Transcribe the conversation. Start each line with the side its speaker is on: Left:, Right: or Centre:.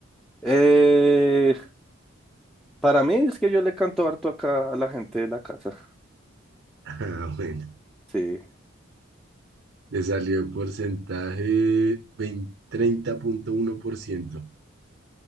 Centre: Eh, para mí es que yo le canto harto acá a la gente de la casa.
Right: Ah, bueno,
Centre: Sí.
Right: le salió porcentaje veinte treinta punto uno por ciento.